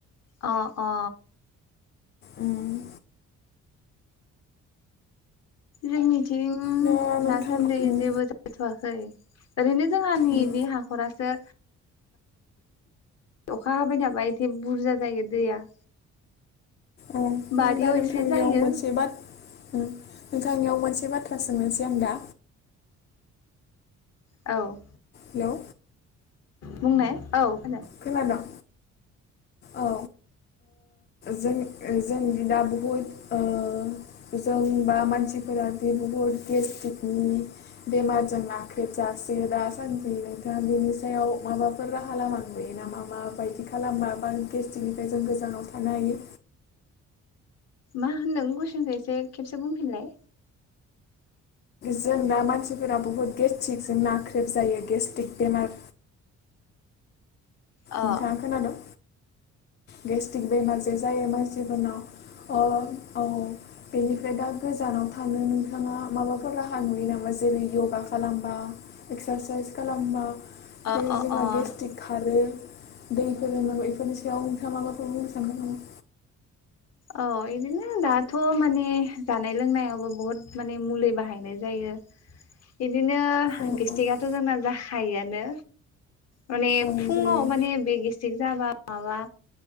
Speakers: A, on the left; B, on the left.
A: अ अ
B: उम
A: जोंनिथिं
B: दा नोंथां
A: दासान्दै
B: उम
A: जेबो हाथ'वाखै ओरैनो जोंहानिनि
B: उम
A: हाख'रासो अखा हाबाय थाबा एसे बुरजा जायो दैया
B: औ
A: बारियाव
B: आं दा नोंथांनियाव
A: एसे जायो
B: मोनसे बाथ उम नोंथांनियाव मोनसे बाथ्रा सोंनोसै आं दा
A: औ
B: हेलौ
A: बुंनाय औ खोनादों
B: खोनादों औ ओ जों ओ जोंनिजों दा बहुद ओ जों बा मानसिफोरा बे बुहुद गेस्ट्रिकनि बेमारजों नाख्रेबजासे दासान्दि नोंथाङा बेनि सायाव माबाफोर राहा लामा नुयो ना मा माबायदि खालामबा गेस्टिकनिफ्राय जों गोजानाव थानो हायो
A: मा होनदों गुसुंसो एसे खेबसे बुंफिनलाय
B: जों दा मानसिफोरा बुहुत गेस्ट्रिकजों नाख्रेब जायो गेस्ट्रिक बेमार
A: अ
B: नोंथाङा खोनादों गेस्ट्रिक बेमारजों जे जायो मानसिफोरनाव अ औ बेनिफ्राय दा गोजानाव थानो नोंथाङा माबाफोर राहा नुयो नामा जेरै यगा खालामबा एक्सारसाइस खालामबा
A: अ
B: बे
A: अ
B: जोंना
A: अ
B: गेस्ट्रिक खारो दैफोरो लोंनांगौ बेफोरनि सायाव नोंथाङा मा माफोर बुंनो सानगोन नामा?
A: औ बिदिनो दाथ' माने जानाय लोंनायावबो बुहुत माने मुलि बाहायनाय जायो बिदिनो
B: औ
A: गेस्टिकआथ जोंना जाखायोआनो माने
B: औ
A: फुङाव
B: जायो
A: माने बे गेस जाबा माबा